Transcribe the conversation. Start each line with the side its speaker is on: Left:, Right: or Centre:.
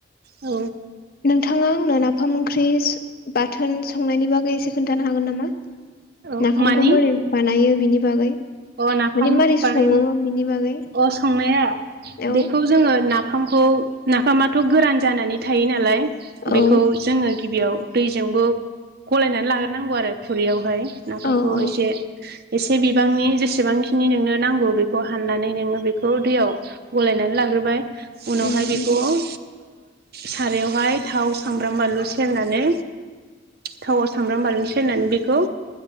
Right: औ
Left: नोंथाङा आंनो ना फाम ओंख्रि सो बाथोन संनायनि बागै एसे खोन्थानो हागोन नामा?
Right: औ
Left: नाफामखौ
Right: मानि
Left: मोरै बानायो बिनि बागै?
Right: अ नाफाम
Left: माने मारै
Right: माने
Left: सङो बिनि बागै
Right: अ संनाया
Left: औ
Right: बेखौ जोङो नाफ फामखौ नाफामाथ' गोरान जानानै थायो नालाय बेखौ
Left: औ
Right: जोङो गिबियाव दैजोंबो गलायनानै लाग्रोनांगौ आरो खुरैयावहाय नाफामखौ
Left: औ औ
Right: एसे एसे बि बिबांनि जेसेबांखिनि नोंनो नांगौ बेखौ हाननानै नोङो बेखौ दैयाव गलायनानै लाग्रोबाय। उनावहाय
Left: उम
Right: बेखौ ओ सारायावहाय थाव सामब्राम बानलु सेरनानै थावआव सामब्राम बानलु सेरनानै बेखौ